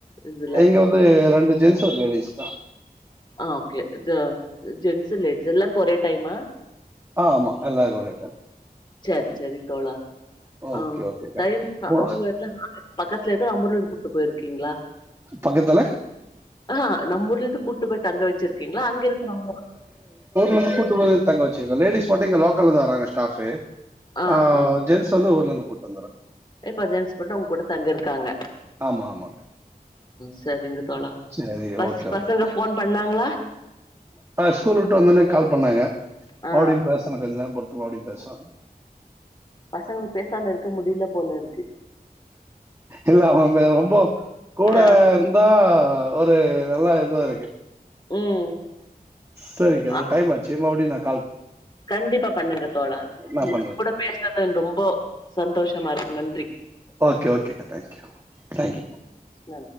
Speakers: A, on the left (about 30°); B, on the right (about 20°).
A: இதுல
B: இங்க வந்து ஜென்ஸ் ஆர் லேடீஸ்கா
A: ஆ ஓகே த ஜென்சு லே து எல்லார்க்கு ஒரே டைமா
B: ஆமா எல்லார்க்கு ஒரே டைம்
A: செரி செரி தோழா ஆ
B: ஓகே, ஓகேக்கா.
A: டைம்க்கு
B: ஓ
A: அவுங்க வர்ல யாரு பக்கத்ல இருக்க ஆம்புர்ல கூட்டுபோயிருக்கிங்ளா
B: பக்கத்துல?
A: அ நம்பூர்லந்து கூட்டு போய் தங்க வச்சிருக்கீங்ளா அங்கிருக்கவங்க
B: என்ன கூட்டுபோயி தங்க வச்சிர்க்க லேடிஸ் மட்டு இங்க லோக்கல்லதா வராங்க ஸ்டாப்சு
A: ஆஹா
B: ஆ ஜென்ஸ் வந்து ஊர்லந்து கூ வந்தர
A: இப்ப ஜென்ஸ் மட்டு அவங்கூட தங்கிருக்காங்க
B: ஆமா ஆமா
A: சரிங்க தோழா
B: சரி
A: பஸ்
B: ஓகே
A: பசங்க
B: ஓகே
A: ஃபோன் பண்ணாங்களா
B: ஸ்கூல் விட்டு வந்தோன்னே கால் பண்ணாங்க
A: ஆ
B: மறுபுடியு பேசன கொஞ்ச நேரம் பொறுத்து மறுபடியு பேசன
A: பசங்களுக்கு பேசாம இருக்க முடில போல இருக்கு
B: இல்லா அவவே ரொம்போ கூட
A: ஆ
B: இருந்தா ஒரு நல்லா இருக் இதுவா இருக்கு
A: ம்
B: சரிங்க அது
A: ஆ
B: டைம் ஆச்சி மறுபுடியு நாக்
A: கண்டிப்பா பண்ணுங்க தோழா
B: நான்
A: நீங்கூட
B: பண்றேன்.
A: பேசனனு ரொம்போ சந்தோஷமா இருக்கு நன்றி
B: ஓகே ஓகே தேங்க்யு தேங்கயு
A: ஆ